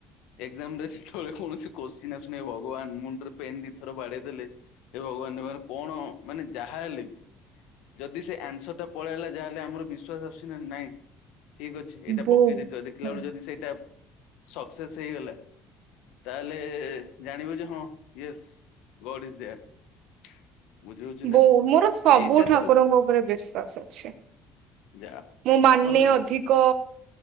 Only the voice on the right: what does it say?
ବୋ
ବୋଉ
ମୋର ସବୁ
ଠାକୁରଙ୍କ
ଉପରେ ବିଶ୍ଵାସ ଅଛି।
ମୁଁ ମାନେ
ଅଧିକ